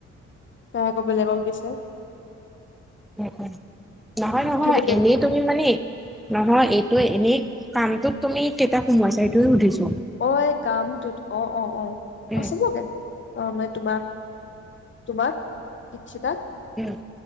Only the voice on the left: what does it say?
তাই আকৌ বেলেগক দিছে।
সেইটো
অ এই কামটোত, অ অ অ
অ চবকে অ মানে তোমাক তোমাক, দিক্ষিতা